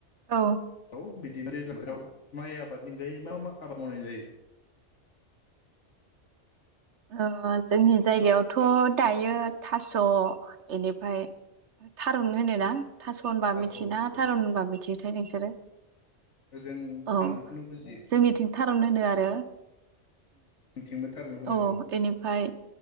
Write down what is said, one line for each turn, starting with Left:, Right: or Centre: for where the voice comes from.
Right: औ
Left: खौ बिदि दैज्लां बोथोराव माइ आबादनि अनगायै मा मा आबाद मावनाय जायो।
Right: ओ जोंनि जायगायावथ' दायो थास' एनिफाय थारुन होनोना थास' होनबा
Left: औ
Right: मिथियोना
Left: औ
Right: थारुन होनबा मिथियोथाय नोंसोरो
Left: जों
Right: औ
Left: थारुनखौनो बुजियो
Right: जोंनिथिं
Left: औ
Right: थारुन होनो आरो
Left: जोंथिंबो थारुन होनो
Right: औ एनिफाय